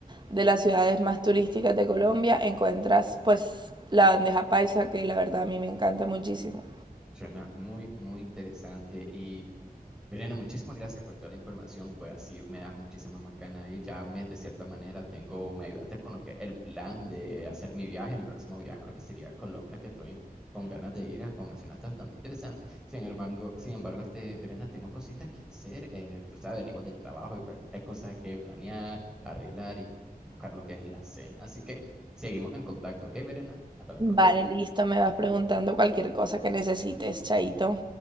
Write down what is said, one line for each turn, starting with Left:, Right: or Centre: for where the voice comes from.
Right: de las ciudades más turísticas de Colombia, encuentras pues la bandeja paisa, que la verdad a mí me encanta muchísimo.
Centre: Suena muy, muy interesante y Verena, muchísimas gracias por toda la información, pues así me dan muchísimas más ganas y ya me, de cierta manera tengo, me ayudaste con lo que el plan de hacer mi viaje, mi próximo viaje a lo que sería Colombia, que estoy con ganas de ir, ah, como mencionaste, bastante interesante. Sin embargo, sin embargo, este, Verena, tengo cositas que hacer, eh, tú sabes, venimos del trabajo y pues hay cosas que planear, arreglar y buscar lo que es la cena. Así que seguimos en contacto, ¿ok, Verena? Hasta la próxima.
Right: Vale, listo, me vas preguntando cualquier cosa que necesites, Chaito.